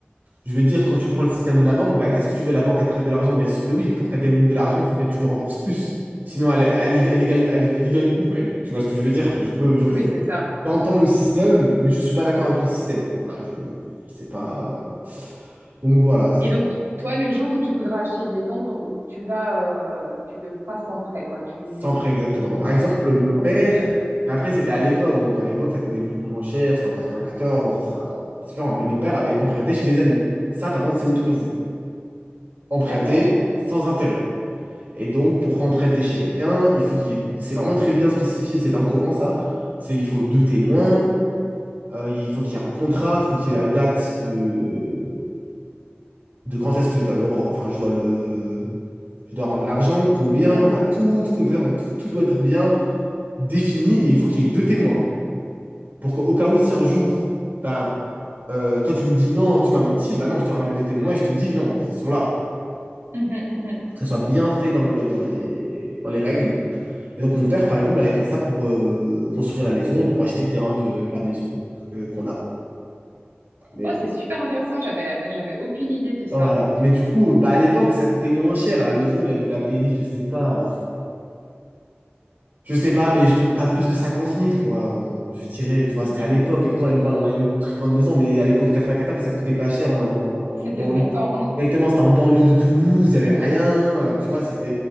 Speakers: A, on the right (about 50°); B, on the right (about 85°).
A: je vais dire, quand tu prends le système de la banque, bah, qu'est-ce que tu veux? La banque, elle prête de l'argent? Bien sûr que oui. Pour qu'elle gagne de l'argent, il faut bien que tu le rembourses plus. Sinon, elle, elle, elle, y gagne elle- elle y gagne où, elle? Tu vois ce que je veux dire? Je peux, je-
B: Oui,
A: je-
B: c'est ça.
A: j'entends le système, mais je suis pas d'accord avec le système. Voilà, je, c'est pas. Donc voilà, c'est.
B: Et donc, toi, le jour où tu voudras acheter une maison, donc tu vas, euh, tu le feras sans prêt, quoi. Tu,
A: Sans prêt, exactement.
B: tu comptes,
A: Donc, par exemple, mon
B: tu comptes
A: père,
B: économiser.
A: mais après, c'était à l'époque, donc à l'époque, ça coûtait beaucoup moins cher, c'était en 94, ça, c'est différent. Mais mon père avait emprunté chez des amis. Ça, par contre, c'est autorisé. Emprunter
B: D'accord,
A: sans intérêt. Et donc, pour emprunter chez quelqu'un, il faut qu'il y ait- C'est vraiment très bien spécifié, c'est dans le Coran, ça. C'est, il faut deux témoins, euh, il faut qu'il y ait un contrat, il faut qu'il y ait la date de, de quand est-ce que je dois le... re- Enfin, je dois le... Je dois rendre l'argent, combien,
B: le rembourser,
A: enfin, tout,
B: ouais.
A: tout, exactement, tout, tout doit être bien défini et il faut qu'il y ait deux témoins. Pour qu'au cas où, si un jour, ben, euh, toi, tu me dis non, tu m'as menti, ben non, je te ramène les deux témoins et je te le dis, non, ils sont là.
B: Mhm, mhm.
A: que ça soit bien fait dans, le, dans, les, dans les règles. Et donc, mon père, par exemple, avait fait ça pour euh, construire la maison et pour acheter le terrain de la maison euh, qu'on a. Mais,
B: Ouais, c'est super intéressant. J'avais, j'avais aucune idée de ça.
A: voilà. Mais du coup, bah, à l'époque, ça coûtait moins cher. À La maison, il a dû la payer, je sais pas, Je sais pas, mais je peux pas plus de cinquante mille quoi. Euh, Je dirais, tu vois,
B: Mhm.
A: c'était à l'époque. Et pourtant, une grande- on a une très grande maison, mais à l'époque de 94, ça coûtait pas cher. On est en
B: C'était
A: banlieue.
B: le bon temps.
A: Directement, c'était en banlieue de Toulouse, il y avait rien. euh, Tu vois, c'était.